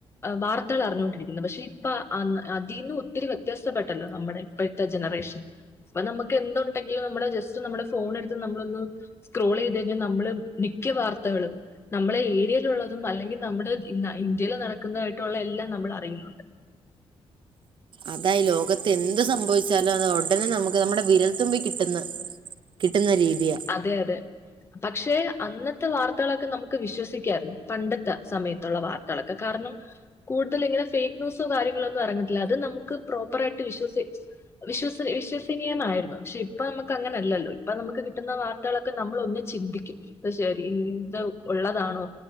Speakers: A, on the left (about 25°); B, on the right (about 50°).
A: വാർത്തകൾ അറിഞ്ഞുകൊണ്ടിരിക്കുന്നു പക്ഷെ ഇപ്പൊ ആ അതിന്ന് ഒത്തിരി വ്യത്യാസപ്പെട്ടല്ലോ നമ്മുടെ പ്പോഴത്തെ ജനറേഷൻ അപ്പൊ നമുക്ക് എന്തുണ്ടെങ്കിലും നമ്മുടെ ജസ്റ്റ് നമ്മുടെ ഫോണ എടുത്ത് നമ്മളൊന്ന് സ്ക്രോൾ ചെയ്ത് കഴിഞ്ഞാ നമ്മള് മിക്ക വാർത്തകളും നമ്മളെ ഏരിയിലുള്ളതും അല്ലെങ്കി നമ്മുടെ ന ഇന്ത്യയിൽ നടക്കുന്നായിട്ടുള്ള എല്ലാം നമ്മൾ അറിയുന്നുണ്ട്
B: അതായി ലോകത്ത് എന്ത് സംഭവിച്ചാലും അത് ഉടനെ നമുക്ക് നമ്മുടെ വിരൽത്തുമ്പി കിട്ടുന്നു കിട്ടുന്ന രീതിയ
A: അതെ അതെ പക്ഷെ അന്നത്തെ വാർത്തകളൊക്കെ നമുക്ക് വിശ്വസിക്കായിരുന്നു പണ്ടത്തെ സമയത്തുള്ള വാർത്തകളൊക്കെ കാരണം കൂടുതല് ഇങ്ങനെ ഫേക്ക് ന്യൂസോ കാര്യങ്ങളൊന്നും എറങ്ങത്തില്ല അ ത് നമുക്ക് പ്രോപ്പറായിട്ട് വിശ്വസിച്ച് വിശ്വസ് വിശ്വസനീയമായിരുന്നു പക്ഷെ ഇപ്പ നമുക്ക് അങ്ങനെയല്ലല്ലോ ഇപ്പ നമുക്ക് കിട്ടുന്ന വാർത്തകളൊക്കെ നമ്മളൊന്ന് ചിന്തിക്കും ശരി ഇത് ഉള്ളതാണോ